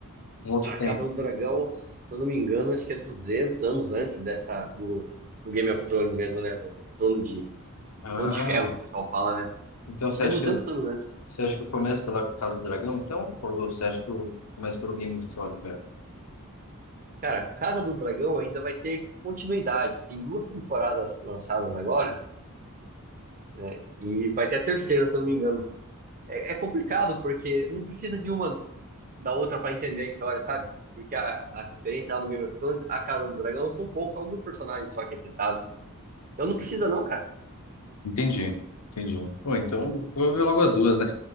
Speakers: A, on the left; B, on the right.
A: um outro
B: a
A: tempo?
B: Casa do Dragão, se eu não me engano, acho que é 200 anos antes dessa, do, do Game of Thrones mesmo, né? Do Trono de,
A: Ah,
B: Trono de Ferro, que o pessoal fala, né?
A: então
B: Acho
A: você
B: que
A: acha
B: é duzentos
A: que eu
B: anos antes.
A: Você acha que eu começo pela Casa do Dragão, então? Ou você acha que eu começo pelo Game of Thrones, velho?
B: Cara, Casa do Dragão ainda vai ter continuidade. Tem duas temporadas lançadas agora, né? E vai ter a terceira, se eu não me engano. É, é complicado, porque não precisa de uma da outra para entender a história, sabe? Porque a, a referência lá no Game of Thrones, a Casa do Dragão, são poucos, alguns personagens só que é citado. Então não precisa não, cara.
A: Entendi, entendi. Bom, então vou ver logo as duas, né?